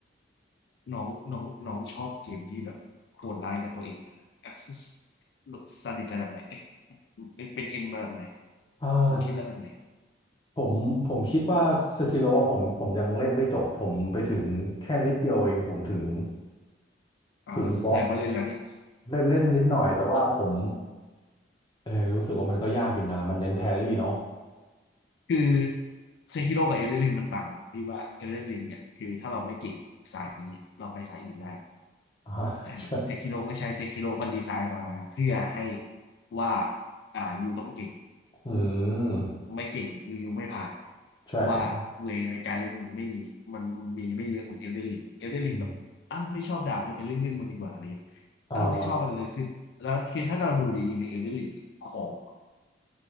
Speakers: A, on the left (about 65°); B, on the left (about 25°).
A: น้องน้องน้องชอบเกมที่แบบโหดร้ายกับตัวเองอะ a c c s s ซาดิสระดับไหนเอ๊ะเป็นเอ็มระดับไหน
B: อ่า
A: ว่าโซคิดแล้วทำไม
B: ผมผมคิดว่าสกิโลอะผมผมยังเล่นไม่จบผมไปถึงแค่นิดเดียวเองผมถึง
A: อ๋อแสดงว่าเล่นแล้วนี่
B: ถึงบอสเล่นเล่นนิดหน่อยแต่ว่าผมเออรู้สึกว่ามันก็ยากอยู่นะมันเน้นแพรรี่เนาะ
A: คือเซคิโร่กับเอลเดนริงมันต่างกันตรงที่ว่าเอลเดนริงเนี่ยคือถ้าเราไม่เก่งสายนี้เราไปสายอื่นได้
B: <laughs> อ่า
A: แต่เซคิโร่ไม่ใช่เซคิโร่มันดีไซน์มาเพื่อให้
B: ใช่
A: ว่าอ่ายูต้องเก่ง
B: อืม
A: ไม่เก่งคือยูไม่ผ่าน
B: ใช่
A: เพราะว่าเวในการเล่นมันไม่มีมันมีไม่เยอะเหมือนเอลเดนริงเอลเดนริงแบบอ้าวไม่ชอบดาบเลยไปเล่นเวทมนต์ดีกว่าอะไรอย่างเงี้ย
B: อืมอ่า
A: อ้าวไม่ชอบอะไรเลยคือแล้วคือถ้าเราดูดีๆในเอลเดนริงของ